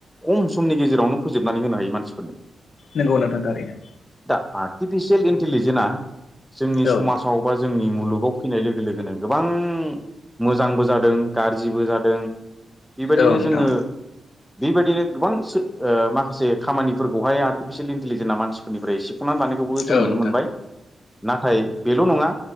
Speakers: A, in the centre; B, on the left.
A: खम समनि गेजेरावनो फोजोबनानै होनो हायो मानसिफोरनो।
B: नोंगौ नोंथां थारिनो।
A: दा आटिफिसिल इन्टेलिजेेना जोंनि
B: औ
A: समाजाव
B: नोंथां
A: बा जोंनि मुलुगाव फैनाय लोगो लोगोनो गोबां मोजांबो जादों गाज्रिबो जादों बेबायदिनो
B: औ नोंथां
A: जोङो बेबायदिनो गोबां माखासे खामानिफोरखौहाय आर्टिफिसियेल लिजेना मानसिफोरनिफ्राय सेख'नानै लानायखौबो जों
B: औ
A: नुनो
B: नोंथां
A: मोनबाय नाथाय बेल' नङा